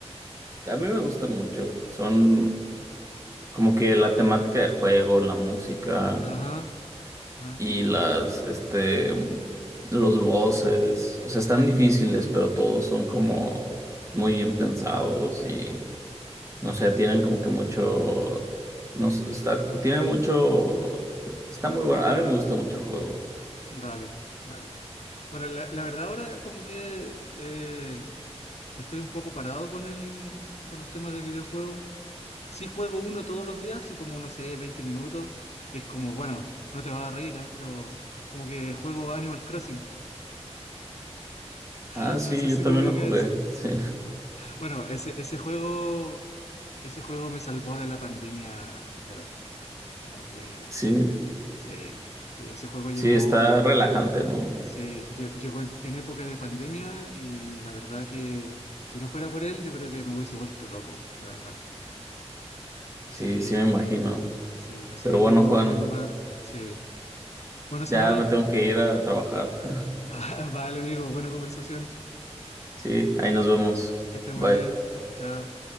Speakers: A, on the right; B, on the left.
A: a mí me gustan mucho. Son como que la temática del juego, la música
B: Ajá, ajá.
A: y las, este, los voces. O sea, están difíciles, pero todos son como muy bien pensados y... No sé, tienen como que mucho, no sé, está, tiene mucho, está muy bueno. A mí me gusta mucho el juego.
B: Dale, dale. Bueno, la, la verdad ahora como que eh, estoy un poco parado con el, con los temas de videojuegos. Sí juego uno todos los días, y como no sé, 20 minutos, que es como, bueno, no te vas a reír, ¿eh? Pero como que juego Animal Crossing. <laughs>
A: Ah, sí,
B: No sé
A: yo
B: si
A: también
B: lo ubica
A: lo jugué.
B: ese.
A: Sí,
B: Bueno, ese, ese juego, ese juego me salvó de la pandemia, bueno, como que
A: <laughs> sí,
B: sí, sí, ese juego llegó.
A: sí, está relajante, ¿no?
B: Sí, lle- llegó en, en época de pandemia y la verdad que si no fuera por él, yo creo que me hubiese vuelto loco, la verdad. Así
A: Sí,
B: que ahí,
A: sí me imagino.
B: sí, así
A: Pero
B: que ahí
A: bueno,
B: tiene un,
A: Juan,
B: un lugar, sí. Bueno, Samuel,
A: ya me tengo que ir a trabajar. <laughs>
B: <laughs> va- vale amigo, buena conversación,
A: Sí, ahí nos vemos.
B: que esté muy
A: Bye.
B: bien, chao.